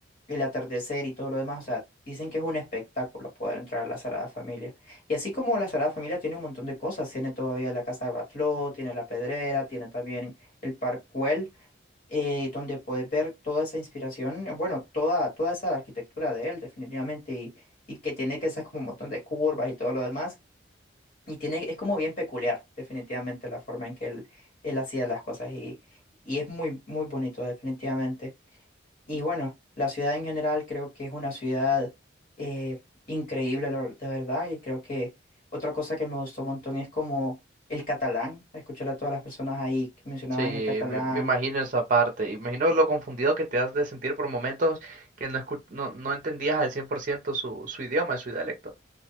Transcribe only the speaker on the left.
el atardecer y todo lo demás. O sea, dicen que es un espectáculo poder entrar a la Sagrada Familia. Y así como la Sagrada Familia tiene un montón de cosas, tiene todavía la Casa de Batlló, tiene la Pedrera, tiene también el Parkwell, eh, donde puedes ver toda esa inspiración, eh, bueno, toda, toda esa arquitectura de él, definitivamente, y, y que tiene que esas como un montón de curvas y todo lo demás. Y tiene, es como bien peculiar, definitivamente, la forma en que él, él hacía las cosas. Y, y es muy, muy bonito, definitivamente. Y bueno, la ciudad en general creo que es una ciudad eh, increíble, la- de verdad. Y creo que otra cosa que me gustó un montón es como el catalán. Escuchar a todas las personas ahí que mencionaban
el catalán